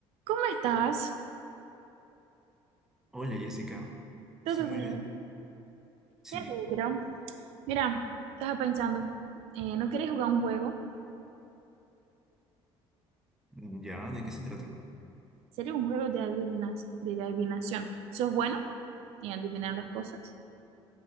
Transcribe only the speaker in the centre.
Hola Jessica,
estoy muy
bien. Sí,
mm, ¿ya? ¿De qué se trata?